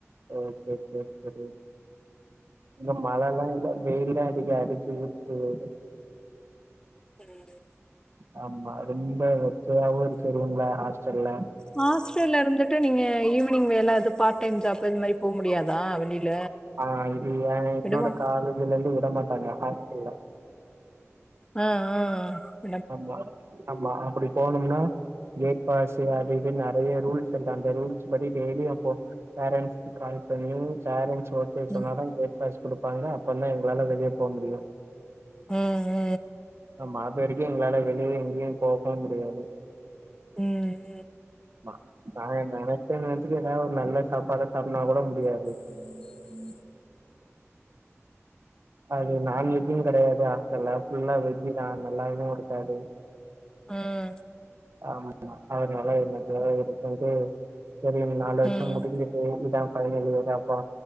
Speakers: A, on the right (about 60°); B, on the left (about 15°).
A: ஓகே சேர் சேரி. இங்க மழல்லா இல்ல வெயில்தா அடிக்கு அடிச்சு ஊத்துது வேர்வ.
B: அ அது.
A: ஆமா ரொம்ப வெக்கயாவு இருக்கு ரூம்ல ஹாஸ்டல்ல.
B: ஹாஸ்டல்ல இருந்துட்டு நீங்க ஈவினிங் வேல இது பார்ட் டைம் ஜாப்பு அது மாரி போ முடியாதா வெளில?
A: ஆ இது ஏ என்னோட
B: விடுவா
A: காலேஜ்ல இருந்து விட மாட்டாங்க ஹாஸ்டல்ல.
B: அ அ.
A: ஆமா ஆமா அப்டி போணும்னா கேட் பாஸு அது இதுன் நெறைய ரூல்ஸ் இருக்கு அந்த ரூல்ஸ் படி டெய்லி அப்போ பேரண்ட்ஸ்க்கு கால் பண்ணி பேரண்ட்ஸ் ஒ த்து சொன்னாதா
B: ம்
A: கேட் பாஸ் குடுப்பாங்க அப்பற்ந்தா எங்ளால வெளிய போவ முடியு.
B: ம்ம்.
A: ஆமா அதுவரைக்கு எங்ளால வெளிய எங்கியு போகவு முடியாது.
B: ம்.
A: மா நா எ நெனச்சேன் வெச்சிக்க ஏதாவ் ஒரு நல்ல சாப்பாட சாப்ன்னா கூட முடியா
B: ம் ம்.
A: அது நான்வெஜ்ஜும் கெடையாது ஹாஸ்டல்ல ஃபுல்லா வெஜ்ஜுதா நல்லாவு இருக்காது.
B: ம்.
A: ஆமாமா அதனால என்னத்த இருக்குன்ட்டு செரியா நாலு வருஷோ
B: ம்
A: முடிஞ்சு ச்சு இதா ஃபைனல் இயராப்போ